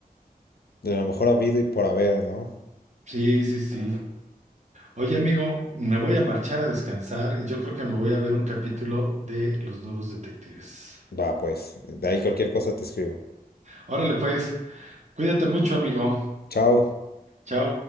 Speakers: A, on the left; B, on the right.
A: De lo mejor habido y por haber, ¿no?
B: Sí, sí, sí. Oye, amigo, me voy a marchar a descansar y yo creo que me voy a ver un capítulo de Los Nuevos Detectives.
A: Va, pues, de ahí cualquier cosa te escribo.
B: Órale, pues, cuídate mucho, amigo.
A: Chao.
B: Chao.